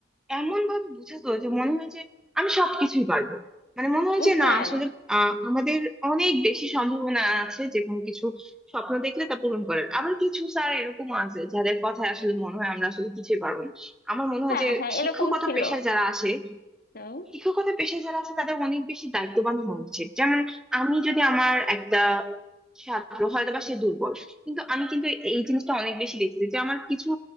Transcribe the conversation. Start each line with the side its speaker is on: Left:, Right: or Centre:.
Centre: এমন ভাবে বোঝাতো যে মনে হয় যে আমি সবকিছুই পারবো মানে মনে হয়
Left: উম,
Centre: যে
Left: হ্যাঁ
Centre: না আসলে আহ, আমাদের অনেক বেশি সম্ভাবনা আছে যে কোনো কিছু স্বপ্ন দেখলে তা পূরণ করার আবার কিছু স্যার এরকম আছে যাদের কথা আসলে মনে হয় আমরা আসলে কিছুই পারবো না আমার মনে হয়
Left: হ্যাঁ
Centre: যে
Left: হ্যাঁ
Centre: শিক্ষকতা
Left: এরকম ছিল
Centre: পেশায় যারা আসে
Left: হুম
Centre: শিক্ষকতা পেশায় যারা আছে তাদের অনেক বেশি দায়িত্ববান হওয়া উচিত যেমন আমি যদি আমার একটা ছাত্র হয়তো বা সে দুর্বল কিন্তু আমি কিন্তু এই জিনিসটা অনেক বেশি দেখছি যে আমার কিছু